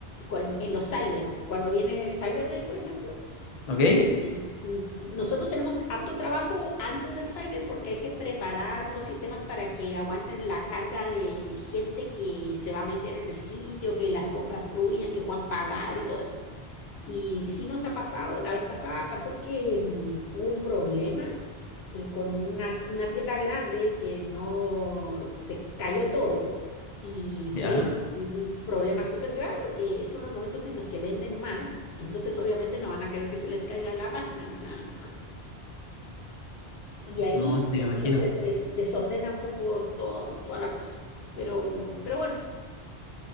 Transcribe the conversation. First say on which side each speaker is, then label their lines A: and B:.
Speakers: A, on the left (about 75°); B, on the left (about 50°).
A: cuan- en los cyber, cuando viene el Cyber Day, por ejemplo,
B: ¿ok?
A: eh, eh, mm, nosotros tenemos harto trabajo antes del cyber porque hay que preparar los sistemas para que aguanten la carga de gente que se va a meter en el sitio, que las compras fluyan, que puedan pagar y todo eso. Y sí nos ha pasado, la vez pasada pasó que mm, hubo un problema eh, con una, una tienda grande que no se cayó todo y
B: Ya,
A: fue un problema súper grave porque son los momentos en los que venden más, entonces obviamente no van a querer que se les caiga la página, o sea, y ahí
B: no, sí,
A: como
B: me imagino.
A: que se de- desordena un poco todo, toda la cosa, pero, pero bueno,